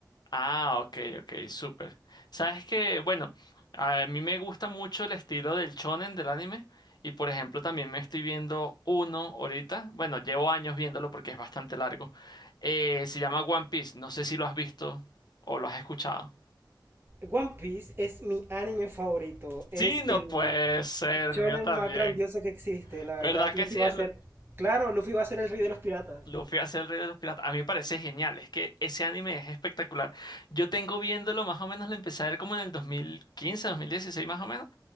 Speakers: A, on the left (about 70°); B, on the right (about 30°).
A: Ah, ok, ok, súper. Sabes que, bueno, a mí me gusta mucho el estilo del shonen del anime y por ejemplo también me estoy viendo uno ahorita, bueno, llevo años viéndolo porque es bastante largo. Eh, se llama One Piece, no sé si lo has visto o lo has escuchado.
B: One Piece es mi anime favorito. Es
A: Sí, no
B: el
A: puede ser,
B: shonen
A: el mío también.
B: más grandioso que existe, la verdad.
A: ¿Verdad que
B: Luffy
A: sí?
B: va
A: El
B: a ser... Claro, Luffy va a ser el rey de los piratas.
A: Luffy hace el rey de los piratas. A mí me parece genial, es que ese anime es espectacular. Yo tengo viéndolo más o menos, lo empecé a ver como en el dos dos mil quince, dos mil dieciséis, más o menos.